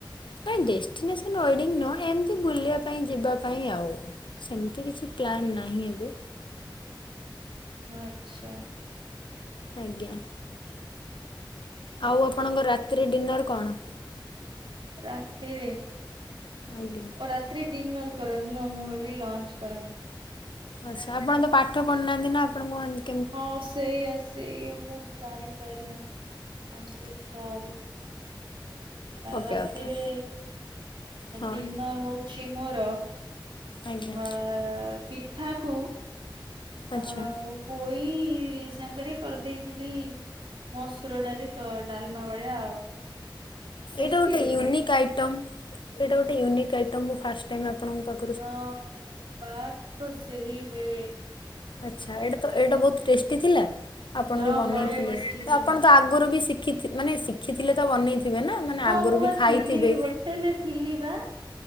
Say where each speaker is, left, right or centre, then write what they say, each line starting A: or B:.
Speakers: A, on the left; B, on the right.
A: ନାଇଁ ଡେଷ୍ଟିନେସନ ୱେଡିଙ୍ଗ ନୁହଁ ଏମତି ବୁଲିବା ପାଇଁ ଯିବା ପାଇଁ ଆଉ। ସେମତି କିଛି ପ୍ଲାନ ନାହିଁ ଏବେ।
B: ଆଚ୍ଛା।
A: ଆଜ୍ଞା। ଆଉ ଆପଣଙ୍କ ରାତିରେ ଡିନର୍ କଣ?
B: ରାତିରେ
A: ଆଜ୍ଞା।
B: ଓ ରାତିରେ ଡିନର୍ କରନ୍ତି ନୁହଁ ମୁଁ ଭାବିଲି ଲଞ୍ଚ କରନ୍ତ
A: ଆଚ୍ଛା ଆପଣ ତ ପାଠ ପଢ଼ୁନାହାଁନ୍ତି ନା ଆପଣ କୁହନ୍ତି
B: ହଁ ସେଇଆ ସେଇଆ ମୁଁ ଜାଣି ୱେଲନ ଆଇ ଆମ୍ ସୋ ସରି। ଆ
A: ଓକେ
B: ରାତିରେ
A: ଓକେ ହଁ।
B: ଡିନର୍ ହଉଛି ମୋର
A: ଆଜ୍ଞା
B: ମା ଆ ପିଠାକୁ ଆଉ
A: ଆଚ୍ଛା।
B: ପୋଇ ସାଙ୍ଗେରେ କରିଦେଇଥିଲି ମସୁରଡାଲି ତ ଡାଲମା ଭଳିଆ ଆଉ। ଟେଷ୍ଟି
A: ଏଇଟା ଗୋଟେ
B: ହେଇଥିଲା
A: ୟୁନିକ୍ ଆଇଟମ୍ ଏଇଟା ଗୋଟେ ୟୁନିକ୍ ଆଇଟମ୍ ମୁଁ ଫାଷ୍ଟ ଟାଇମ ଆପଣଙ୍କ ପାଖ
B: ହଁ ବାତ୍ ତୋ ସେହି ହେ
A: ଆଚ୍ଛା ଏଇଟା ତ ଏଇଟା ବହୁତ ଟେଷ୍ଟି ଥିଲା? ଆପଣ
B: ହଁ
A: ଯୋଉ ବନେଇଥିଲେ
B: ବଢିଆ ଟେଷ୍ଟି
A: ତ
B: ଥିଲା
A: ଆପଣ ତ ଆଗରୁ ବି ଶିଖିଥି ମାନେ ଶିଖିଥିଲେ ତ ବନେଇଥିବେ ନା। ମାନେ
B: ହଁ
A: ଆଗରୁ
B: ମୁଁ ବା
A: ବି ଖାଇଥିବେ।
B: ଥିଲି ହୋଟେଲରେ ଥିଲି ବା।